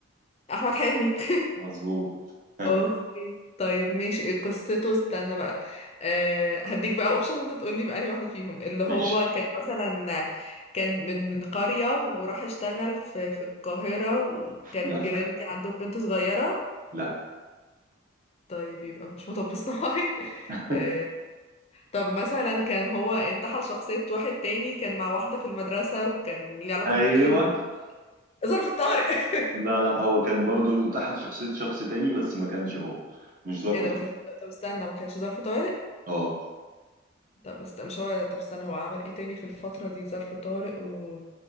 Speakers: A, on the left (about 30°); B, on the right (about 45°).
A: أحمد حلمي <laughs>
B: مظبوط ها،
A: اوكي طيب ماشي إيه قصته استنى بقى أه هديك بقى اوبشن وانت تقول لي بقى أنهي واحده فيهم اللي هو
B: ماشي
A: كان مثلا كان من من قريه وراح اشتغل في في القاهره وكان
B: لا
A: جيرانه كان عندهم بنت صغيره
B: لا
A: طيب يبقى مش مطب صناعي <laughs>
B: <laughs>
A: أه طب مثلا كان هو انتحل شخصيه واحد تاني كان مع واحده في المدرسه وكان ليه علاقه
B: ايوه
A: بخطوط الم- ظرف طارق <laughs>
B: لا لا هو كان برضو انتحل شخصية شخص تاني بس ما كانش هو مش ظابط
A: ايه ده ما كانش طب استنى ما كانش ظرف طارق
B: اه
A: طب است... مش هو طب استنى هو عمل ايه تاني في الفترة دي ظرف طارق و